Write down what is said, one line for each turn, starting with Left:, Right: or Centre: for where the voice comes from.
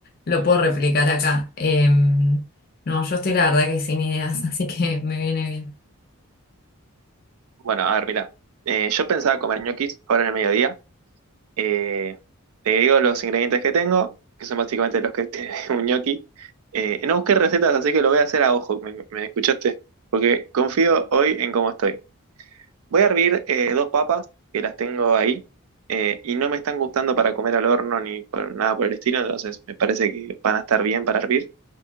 Left: lo puedo replicar acá. Em, no, yo estoy la verdad que sin ideas, <laughs> así que me viene bien.
Right: Bueno, a ver, mirá. Eh, yo pensaba comer ñoquis ahora en el mediodía. Eh, te digo los ingredientes que tengo, que son básicamente los que tiene <laughs> un ñoqui. Eh, no busqué recetas, así que lo voy a hacer a ojo, ¿me, me escuchaste? Porque confío hoy en cómo estoy. Voy a hervir eh, dos papas que las tengo ahí eh, y no me están gustando para comer al horno ni por- nada por el estilo, entonces me parece que van a estar bien para hervir.